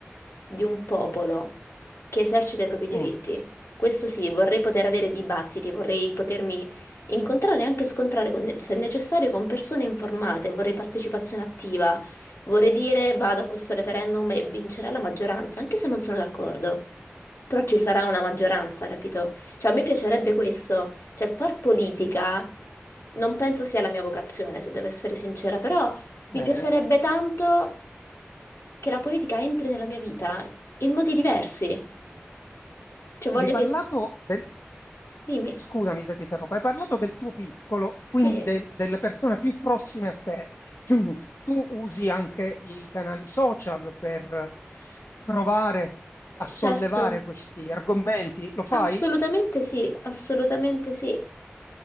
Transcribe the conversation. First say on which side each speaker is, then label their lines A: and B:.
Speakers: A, on the left (about 85°); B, on the left (about 70°).
A: di un popolo che esercita i propri diritti.
B: Mm,
A: Questo sì, vorrei poter avere dibattiti, vorrei potermi incontrare e anche scontrare, con- se necessario, con persone informate, vorrei partecipazione attiva, vorrei dire vado a questo referendum e vincerà la maggioranza, anche se non sono d'accordo. Però ci sarà una maggioranza, capito? Cioè, a me piacerebbe questo, cioè far politica non penso sia la mia vocazione, se devo essere sincera, però
B: bene.
A: mi piacerebbe tanto che la politica entri nella mia vita in modi diversi. Cioè, voglio
B: Hai
A: che...
B: parlato del
A: Dimmi.
B: Scusami se ti interrompo, hai parlato del tuo piccolo,
A: Sì,
B: quindi
A: sì,
B: del- delle persone più prossime a te. <clears throat> Tu usi anche i canali social per provare a sollevare
A: certo.
B: questi argomenti, lo fai?
A: Assolutamente sì, assolutamente sì.